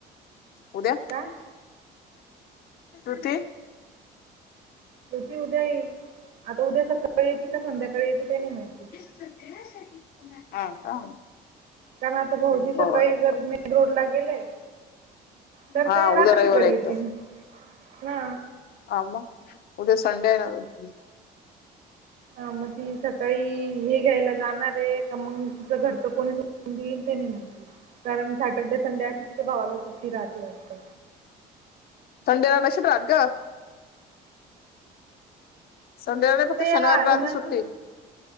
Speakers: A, on the left; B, on the right.
A: उद्या?
B: काय
A: श्रुती.
B: श्रुती उद्या येईल, आता उद्या सकाळी येती का संध्याकाळी येती ते नाही माहिती.
A: सध्यासाठी पुन्हा, हा का.
B: कारण आता भाऊजी
A: बरं
B: सकाळी जर
A: बरं
B: मेन रोड ला गेले. तर
A: हा
B: ते रात्रीच
A: उद्या रविवार
B: घरी
A: आहे एक
B: येतीन, हा.
A: आ म, उद्या सडे आहे <unintelligible>
B: हा म ती सकाळी हे घ्यायला जाणार आहे का मग तीच घरच कोणी सोडून दिईल तनी माहिती, कारण सॅटर्डे, संडे अशी तिच्या भावाला सुट्टी राहती वाटत.
A: संडेला रकक्षदान ग. संडेला नाही फक्त
B: ते याला
A: शनिवार रविवार
B: हिमांशू
A: आता सुट्टी,